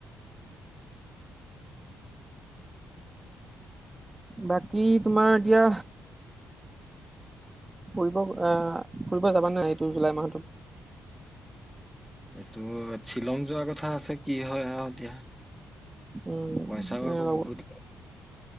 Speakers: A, on the right; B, in the centre.
A: বাকী তোমাৰ এতিয়া ফুৰিব আ ফুৰিব যাবা নাই এইটো জুলাই মাহটোত?
B: এইটো শ্বিলং যোৱা কথা আছে কি হয় আৰু‌ এতিয়া।
A: উম,
B: পইচাও
A: এনেই
B: আকৌ
A: লগ
B: বহুত